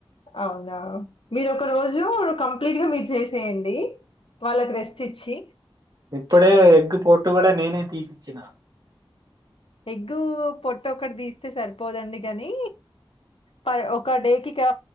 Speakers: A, on the left (about 80°); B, on the right (about 50°).
A: అవునా మీరు ఒక రోజు కంప్లీట్ గా మీరు చేసేయండి వాళ్ళకి రెస్ట్ ఇచ్చి.
B: ఇప్పుడే ఎగ్ పోట్టు గుడా నేనే తీసిచ్చిన
A: ఎగ్గూ పొట్టొకటి తీస్తే సరిపోదండి గాని ప ఒక డేకి ఇ